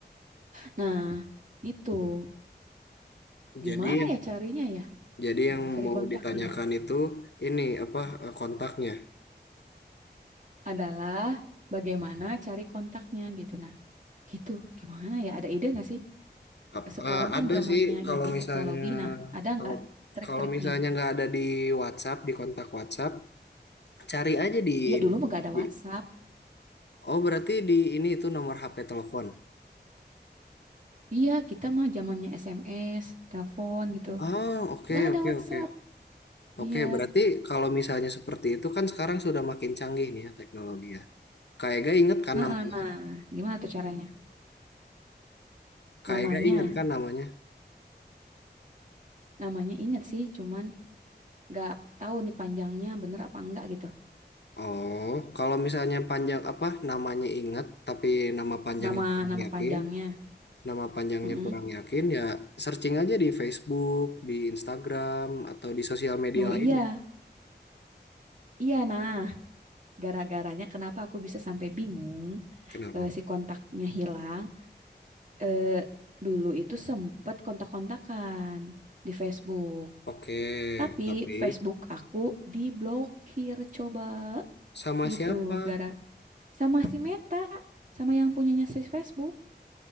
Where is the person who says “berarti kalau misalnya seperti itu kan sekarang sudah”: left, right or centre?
Left